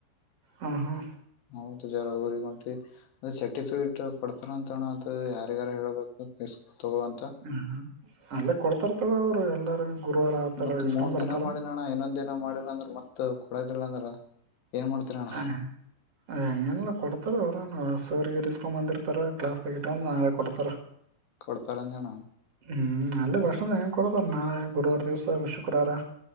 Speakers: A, on the left; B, on the right.
A: <unintelligible>
B: ಹಾಂ ಹಾಂ
A: ಅ ಸರ್ಟಿಫಿಕೇಟ್ ಕೊಡ್ತಾರ ಅಂತ ಅದು ಯಾರ ಯಾರು ಹೇಳಬೇಕು ತಗೋಂತ.
B: ಹ್ಮ್ ಅಲ್ಲ ಕೊಡ್ತಾರ ತಗೋ ಅವರು ಎಲ್ಲಾರ ಗುರುವಾರ ಆತರ
A: ಮತ್ತತ್
B: ಇಸ್ಕೊಂಡ್
A: ಮೂರ್
B: ಬರ್ತಾರ
A: ದಿನ ಮಾಡಿ ನಣ ಇನ್ನೊಂದ್ ದಿನ ಮಾಡಿ. ಲ್ಲ ಅಂದ್ರ ಮತ್ ಕೊಡದಿಲ್ಲ ಅಂದ್ರ. ಏನ್ ಮಾಡ್ತೀರಣ್ಣ
B: ಹ ಎಲ್ಲ ಕೊಡ್ತಲ್ಲ ಅವರ ರಸ. ಹಕೊಂಬಂದಿರ್ತಾರ ಕ್ಲಾಸ್ ತ ಇಕೊಂಡ್ ನಾಳ ಕೊಡ್ತಾರ.
A: ಕೊಡ್ತಾರಂದಣ
B: ಹ್ಮ್ ನಲ್ಲ ಭಷಣದ. ಶುಕ್ರದ ನಾಳೆ ಗುರುವಾರ ದಿವಸ ಶುಕ್ರವಾರ.